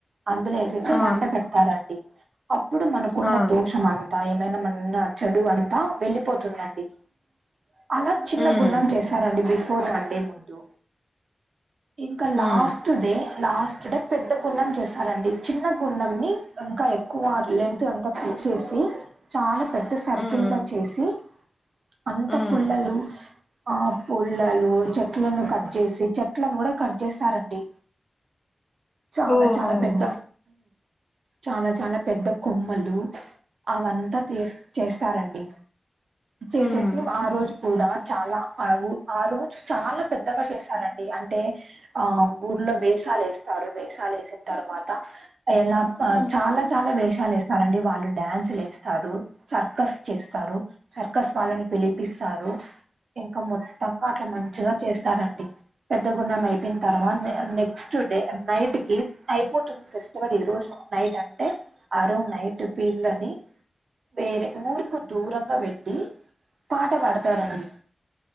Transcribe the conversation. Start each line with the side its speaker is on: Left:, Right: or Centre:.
Right: అందులో వేసేసి
Left: ఆ!
Right: మంట పెడతారండి అప్పుడు మనకున్న
Left: ఆ!
Right: దోషం అం త ఏమైనా మనన్న చెడు అంతా వెళ్ళిపోతుందండి అలా చిన్న
Left: హ్మ్.
Right: గున్నం చేశారండి బిఫోర్ వన్ డే ముందు ఇంకా
Left: హ్మ్.
Right: Last two day last day పెద్ద గుండం చేస్తారండి చిన్న గుండం ని ఇంకా ఎక్కువ లె అంత పూడ్సేసి చాలా పెద్ద సర్కిల్గా
Left: హ్మ్.
Right: చేసి అంత
Left: హ్మ్.
Right: పుల్లలు ఆ పొల్ లలు చెట్లను కట్ చేసి చెట్లను కూడా కట్ చేస్తారండి చాలా
Left: ఓహో!
Right: చాలా పెద్ద చాలా చాలా పెద్ద కొమ్మలు అవంతా తీ చేస్తారండి చేసేసి
Left: హ్మ్.
Right: ఆ రోజు కూడా చాలా ఆవు ఆ రోజు చాలా పెద్దగా చేశారండి అంటే ఆ ఊర్లో వేషాలు వేస్తారు వేషాలు వేసిన తర్వాత ఎలా ఆ
Left: హ్మ్.
Right: చాలా చాలా వేషాలు వేస్తారండి వాళ్ళు డ్యాన్స్లు వేస్తారు సర్కస్ చేస్తారు సర్కస్ వాళ్ళని పిలిపిస్తారు ఇంకా మొత్తంగా అట్లా మంచిగా చేస్తారండి పెద్దగున్నం అయిపోయిన తర్వాత నెక్స్ట్ డే నైట్ కి అయిపోతుంది ఫెస్టివల్ ఈ రోజు నైట్ అంటే ఆరు నైట్ పీర్లని వేరే ఊరుకు దూరంగా బెట్టి పాట పాడతారండి